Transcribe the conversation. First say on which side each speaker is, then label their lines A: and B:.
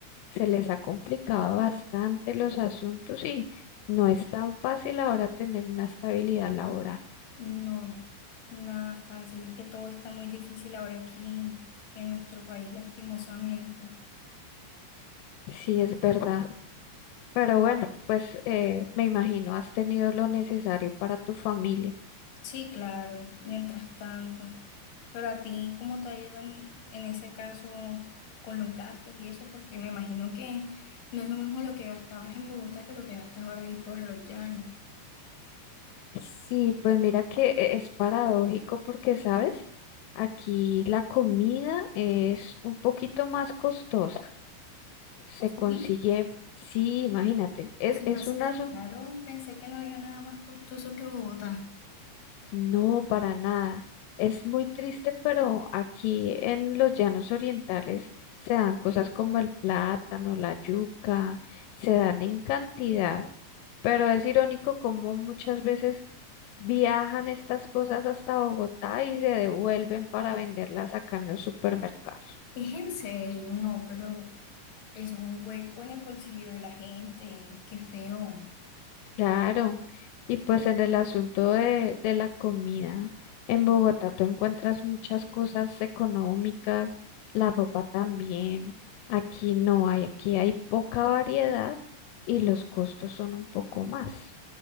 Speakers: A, on the left; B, on the left.
A: se les ha complicado bastante los asuntos y no es tan fácil ahora tener una estabilidad laboral.
B: No, nada fácil, es que todo está muy difícil ahora aquí en nuestro país, lastimosamente.
A: Sí, es verdad. Pero bueno, pues eh, me imagino, has tenido lo necesario para tu familia.
B: Sí, claro, mientras tanto. Pero a ti, ¿cómo te ha ido en, en ese caso con los gastos y eso? Porque me imagino que no es lo mismo lo que gastabas en Bogotá que lo que gastas ahora ahí por los llanos.
A: Sí, pues mira que e- es paradójico porque, ¿sabes? Aquí la comida es un poquito más costosa. Se consigue,
B: Sí,
A: sí, imagínate, es,
B: se
A: es
B: me hace
A: una,
B: raro. Pensé que no había nada más costoso que Bogotá.
A: No, para nada. Es muy triste, pero aquí en los llanos orientales se dan cosas como el plátano, la yuca, se dan en cantidad, pero es irónico como muchas veces viajan estas cosas hasta Bogotá y se devuelven para venderlas acá en los supermercados.
B: Es en serio, no, pero eso es un hueco en el bolsillo de la gente. Qué feo.
A: Claro, y pues en el asunto de, de la comida, en Bogotá tú encuentras muchas cosas económicas, la ropa también, aquí no hay, aquí hay poca variedad y los costos son un poco más.